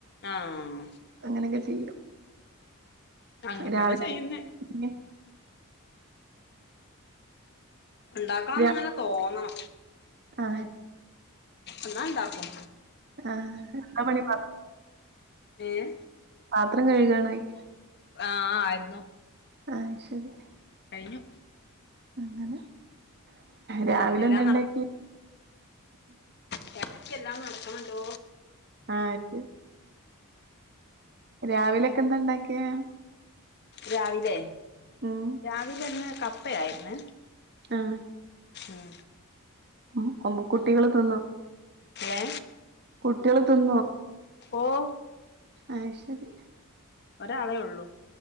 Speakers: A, on the left (about 50°); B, on the right (about 50°).
A: ആഹ്
B: അങ്ങനങ്കെ ചെയ്യും
A: അങ്ങൻതന്നെ
B: രാവിലെ
A: ചെയ്യുന്നേ
B: പിന്നെ
A: ണ്ടാക്കണംന്ന്ങ്ങനെ
B: രാ
A: തോന്നണം
B: ആഹ്
A: എന്നാണ്ടാക്കും
B: ആഹ് എന്താ പണി പ
A: ഏഹ്
B: പാത്രം കഴുകാണോചോയ്ക്കാ
A: ആഹ് ആയിര്ന്നു
B: അയ്ശരി
A: കഴിഞ്ഞു
B: അങ്ങനെ രാവിലെന്താണ്ടാക്കി
A: എല്ലാം <unintelligible> നടക്കണണ്ടോ
B: ആഹ് രാവിലൊക്കെ ന്താ ഇണ്ടാക്കിയെ
A: രാവിലെ
B: ഉം
A: രാവിലേന്ന് കപ്പയായിര്ന്ന്
B: ആഹ്
A: ഉം
B: ഉം <unintelligible> കുട്ടികൾ തിന്നോ
A: ഏ
B: കുട്ട്യാള് തിന്നോ
A: ഓഹ്
B: അയ്ശരി
A: ഒരാളേ ഒള്ളൂ